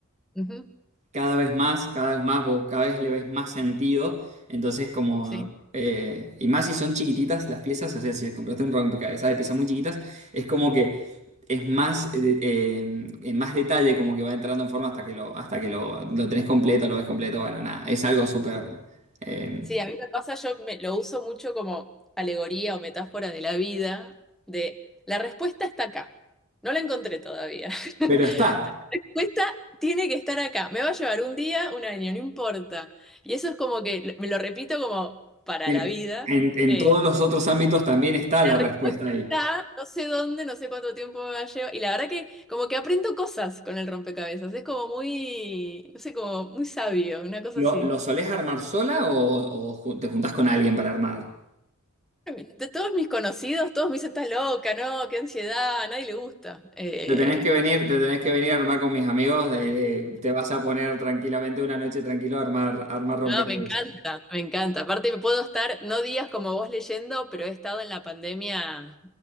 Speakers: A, in the centre; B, on the right.
A: Ujú,
B: cada vez más, cada vez más, vos cada vez le ves más sentido. Entonces, como.
A: sí.
B: eh, y más si son chiquititas las piezas, o sea, si compraste un rompecabezas de piezas muy chiquitas, es como que es más, eh, eh, en más detalle, como que va entrando en forma hasta que lo, hasta que lo, lo tenés completo, lo ves completo. Bueno, nada, es algo súper. eh,
A: Sí, a mí me pasa, yo me, lo uso mucho como alegoría o metáfora de la vida, de la respuesta está acá. No la encontré todavía. <laughs>
B: pero está.
A: respuesta tiene que estar acá. Me va a llevar un día, un año, no importa. Y eso es como que lo- me lo repito como para
B: En,
A: la vida.
B: en- en
A: Eh,
B: todos los otros ámbitos también está
A: la
B: la
A: respuesta
B: respuesta ahí.
A: está, no sé dónde, no sé cuánto tiempo me va a llevar. Y la verdad que como que aprendo cosas con el rompecabezas. Es como muy, no sé, como muy sabio, una cosa
B: ¿Lo,
A: así.
B: lo solés armar sola o, o ju- te juntás con alguien para armar?
A: <laughs> De todos mis conocidos, todos me dicen, estás loca, no, qué ansiedad, a nadie le gusta. Eh,
B: Te tenés que venir, te tenés que venir a armar con mis amigos, eh, te vas a poner tranquilamente una noche tranquilo a armar, a armar rompecabezas.
A: no, me encanta, me encanta. Aparte, me puedo estar, no días como vos leyendo, pero he estado en la pandemia